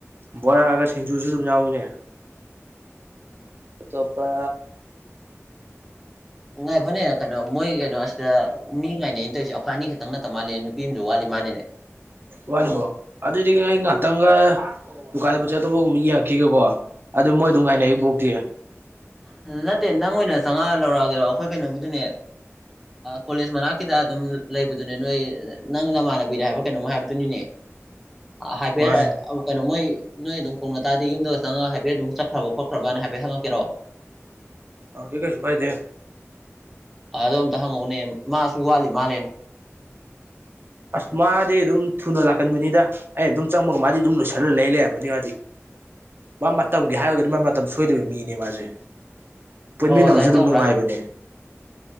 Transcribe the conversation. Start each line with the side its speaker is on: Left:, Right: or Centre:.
Right: ꯕꯣꯔꯥꯑꯒ ꯁꯤꯡꯖꯨꯁꯨ ꯑꯗꯨꯝ ꯌꯥꯎꯏꯅꯦ ꯑꯇꯣꯄ
Centre: ꯉꯥꯏꯈꯣꯠꯅꯦ ꯀꯩꯅꯣ ꯃꯣꯏ ꯀꯩꯅꯣ ꯑꯁꯤꯗ ꯃꯤ ꯉꯥꯏꯅꯅ ꯇꯧꯔꯤꯁꯦ ꯑꯩꯈ꯭ꯋꯥ ꯑꯅꯤ ꯈꯛꯇꯪ ꯅꯠꯇ ꯃꯥꯜꯂꯤ ꯅꯨꯄꯤ ꯑꯃꯁꯁꯨ ꯋꯥꯠꯂꯤ ꯃꯥꯜꯂꯤꯅꯦ
Right: ꯋꯥꯂꯤꯕꯣꯜ ꯑꯗꯨꯗꯤ ꯉꯥꯛꯇꯒ ꯗꯨꯀꯥꯟꯗꯕꯨ ꯆꯠꯇꯧꯕꯒꯨꯝꯕ ꯌꯦꯡꯉꯛꯈꯤꯒꯀꯣ ꯑꯗꯨ ꯃꯣꯏ ꯑꯗꯨꯝ ꯉꯥꯏꯅꯏꯕꯣꯛꯇꯤ
Centre: ꯑꯗꯨ ꯅꯠꯇꯦ ꯅꯪ ꯑꯣꯏꯅ ꯆꯪꯉꯛꯑ ꯂꯧꯔꯛꯑꯒꯦꯔꯣ ꯑꯩꯈꯣꯏ ꯀꯩꯅꯣꯒꯤꯗꯨꯅꯦ ꯀꯣꯂꯦꯖ ꯃꯅꯥꯛꯀꯤꯗ ꯑꯗꯨꯝ ꯂꯩꯕꯗꯨꯅꯦ ꯅꯣꯏ ꯅꯪ ꯅꯃꯥꯟꯅꯕꯤꯔꯦ ꯍꯥꯏꯕ ꯀꯩꯅꯣꯝ ꯍꯥꯏꯕꯗꯨꯅꯤꯅꯦ ꯍꯥꯏꯐꯦꯠ
Right: ꯃꯥꯅꯤ
Centre: ꯀꯩꯅꯣ ꯃꯣꯏ ꯅꯣꯏ ꯑꯗꯨꯝꯧꯅ ꯇꯔꯗꯤ ꯌꯨꯝꯗꯒ ꯆꯪꯉꯒ ꯍꯥꯏꯐꯦꯠ ꯑꯗꯨꯝ ꯆꯠꯈ꯭ꯔꯕ ꯈꯣꯠꯈ꯭ꯔꯅ ꯍꯥꯏꯐꯦꯠ ꯍꯪꯉꯛꯦꯔꯣ
Right: ꯑ ꯀ ꯀꯩꯁꯨ ꯐꯥꯏꯗꯦ
Centre: ꯑ ꯑꯗ ꯑꯝꯇ ꯍꯪꯉꯛꯎꯅꯦ ꯃꯥꯁꯨ ꯋꯥꯠꯂꯤ ꯃꯥꯜꯂꯦ
Right: ꯑꯁ ꯃꯥꯗꯤ ꯑꯗꯨꯝ ꯊꯨꯅ ꯂꯥꯛꯀꯟꯕꯅꯤꯗ ꯑꯩ ꯑꯗꯨꯝ ꯆꯪꯕꯒ ꯃꯥꯗꯤ ꯑꯗꯨꯝ ꯂꯣꯏꯁꯜꯂꯒ ꯂꯩ ꯂꯩꯔꯝꯝꯕꯅꯤ ꯃꯥꯗꯤ ꯃꯥ ꯃꯇꯝꯒꯤ ꯍꯥꯏꯔꯒꯗꯤ ꯃꯥ ꯃꯇꯝ ꯁꯣꯏꯗꯕ ꯃꯤꯅꯦ ꯃꯥꯁꯦ ꯄꯨꯟꯃꯤꯟꯅꯕꯁꯨ
Centre: ꯑꯣ ꯑꯗꯨꯃꯥꯏꯅ
Right: ꯑꯗꯨꯝ
Centre: ꯇꯧꯕ꯭ꯔꯥ
Right: ꯅꯨꯡꯉꯥꯏꯕꯅꯦ